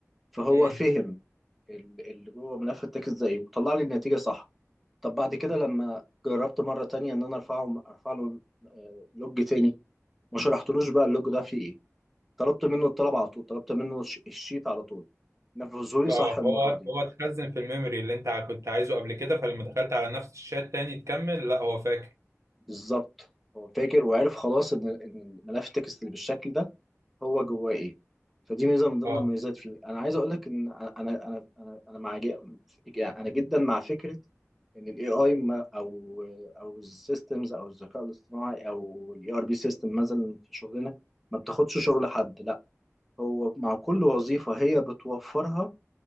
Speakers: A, in the centre; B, on the right.
A: فهو
B: مم.
A: فهم ال- اللي جوه ملف التكست ده إيه وطلع لي النتيجة صح طب بعد كده لما جربت مرة تانية إن أنا أرفعه أرفع له آه، لوج تاني ما شرحتلوش بقى اللوج ده فيه إيه طلبت منه الطلب على طول طلبت منه الش- الشيت على طول نفذهولي
B: اه
A: صح المرة
B: هو
A: دي
B: هو اتخزن في الميموري اللي انت كنت عايزه قبل كده فلما دخلت على نفس الشات تاني تكمل لا هو فاكر
A: بالظبط هو فاكر وعرف خلاص إن إن ملف التكست اللي بالشكل ده هو جواه ايه فدي ميزه من ضمن
B: اه
A: المميزات فيه انا عايز اقول لك ان انا انا انا انا مع ج- يعني انا جدا مع فكره ان الاي اي او او السيستمز او الذكاء الاصطناعي او الاي ار بي سيستم مثلا في شغلنا ما بتاخدش شغل حد لا هو مع كل وظيفه هي بتوفرها